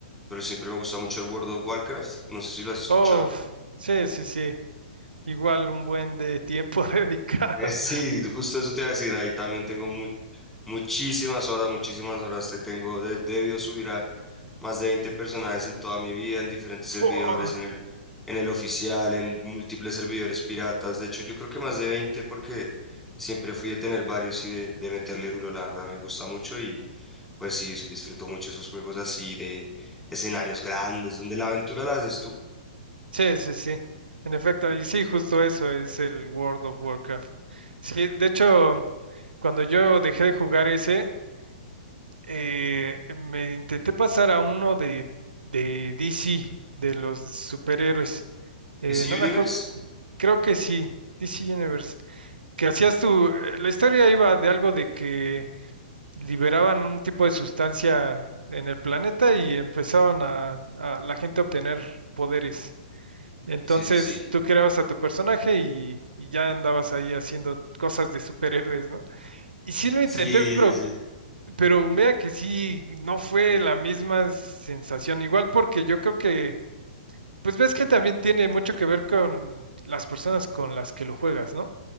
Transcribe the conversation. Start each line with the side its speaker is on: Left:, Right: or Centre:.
Centre: pero siempre me gusta mucho el World of Warcraft. No sé si lo has escuchado.
Right: Uf, sí, sí, sí. Igual un buen de tiempo <laughs> dedicado.
Centre: Eh, Sí, justo eso te iba a decir, ahí también tengo mu- muchísimas horas, muchísimas horas, te tengo, de debido subir a más de 20 personajes en toda mi vida, en diferentes servidores,
Right: Fua.
Centre: en el, en el oficial, en múltiples servidores piratas, de hecho yo creo que más de 20 porque siempre fui a tener varios y de, de meterle duro, la verdad, me gusta mucho y pues sí, dis- disfruto mucho esos juegos así de escenarios grandes, donde la aventura la haces tú.
Right: Sí, sí, sí. En efecto, y sí, justo eso es el World of Warcraft. Sí, de hecho, cuando yo dejé de jugar ese, eh, me intenté pasar a uno de, de DC, de los superhéroes.
Centre: DC
Right: Eh, no
Centre: Universe?
Right: me acuerdo, creo que sí, DC Universe. Que hacías tu, eh, la historia iba de algo de que liberaban un tipo de sustancia en el planeta y empezaban a, a la gente a obtener poderes. Entonces
Centre: Sí, sí, sí,
Right: tú creabas a tu personaje y, y ya andabas ahí haciendo cosas de superhéroes, ¿no? Y sí lo
Centre: sí,
Right: intenté, pero,
Centre: sí, sí,
Right: pero vea que sí, no fue la misma sensación. Igual porque yo creo que, pues ves que también tiene mucho que ver con las personas con las que lo juegas, ¿no?